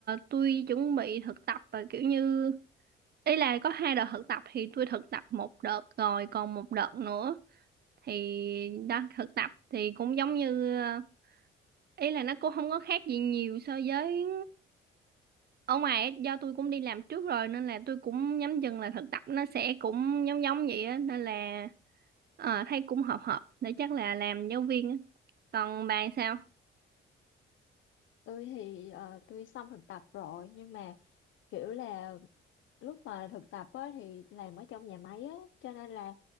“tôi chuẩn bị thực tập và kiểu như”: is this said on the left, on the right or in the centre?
Right